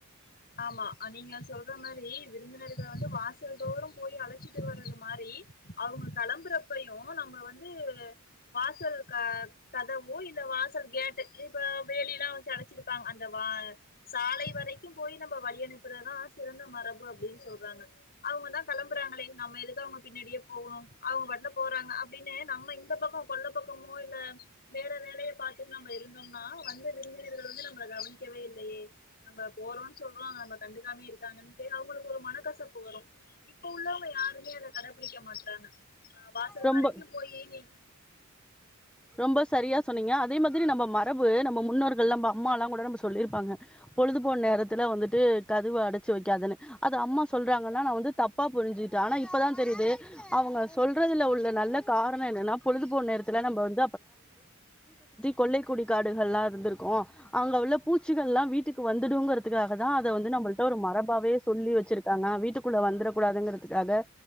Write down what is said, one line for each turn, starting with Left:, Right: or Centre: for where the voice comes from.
Left: ஆமா நீங்க சொல்ற மாரி விருந்தினர்கள் வந்து வாசல் தோறும் போய் அழச்சிட்டு வர்றது மாரி அவங்க கிளம்புறப்பயு நம்ம வந்து வாசல் கதவோ இல்ல வாசல் கேட்டு இப்ப வேலி எல்லா வச்சு அடச்சிருப்பாங்க அந்த வா சாலை வரைக்கும் போய் நம்ப வழி அனுப்புறதான் சிறந்த மரபு அப்டின்னு சொல்றாங்க அவங்கதா கிளம்புறாங்களே நம்ம எதுக்கு அவங்க பின்னாடியே போகணு அவுங்க வாட்டுல போறாங்க அப்படின்னு நம்ம இந்த பக்க கொல்ல பக்கமோ இல்ல வேற வேலய பாத்துட்டு நம்ம இருந்தோம்னா வந்த விருந்தினர்கள் வந்து நம்மள கவனிக்கவே இல்லையே நம்ப போறோன்னு சொல்றோ நம்ள கண்டுக்காமயே இருக்காங்ன்னுட்டு அவங்களுக்கு ஒரு மனக்கசப்பு வரும் இப்ப உள்ளவங்க யாருமே அத கடபிடிக்க மாட்றாங்க ஆ வாசல்
Centre: ரொம்ப
Left: வரைக்கும் போயி நீ
Centre: ரொம்ப சரியா சொன்னீங்க அதே மாதிரி நம்ப மரபு நம்ப முன் னோர்கள் எல்லா நம்ம அம்மாலா கூட நம்ம சொல்லியிருப்பாங்க பொழுதுபோன நேரத்துல வந்துட்டு கதவு அடைச்சு வக்காதன்னு அது அம்மா சொல்றாங்கன்னா நா வந்து தப்பா புரிஞ்சுட்டே ஆனா இப்பதா தெரியுது அவங்க சொல்றதுல உள்ள நல்ல காரண என்னன்னா பொழுதுபோன நேரத்துல நம்ம வந்து கொல்லை குடி காடுகள் எல்லா இருந்திருக்கு அங்க உள்ள பூச்சிகள் எல்லா வீட்டுக்கு வந்துடும்ங்கற க்காக தா அதவந்து நம்மள்ட்ட ஒரு மர பாவே சொல்லி வச்சிருக்காங்க வீட்டுக்குள்ள வந்துறகூடாதுங்கிறதுக்காக